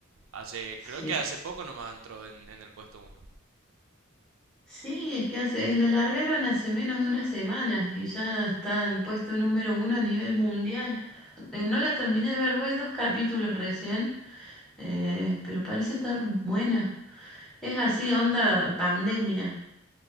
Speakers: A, on the right (about 85°); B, in the centre.
A: hace,
B: Sí.
A: creo que hace poco nomás entró en, en el puesto uno.
B: Sí, es que hace, lo largaron hace menos de una semana y ya está en puesto número uno a nivel mundial. Eh, no la terminé de ver, voy dos capítulos recién, eh, pero parece estar buena. Es así, onda pandemia,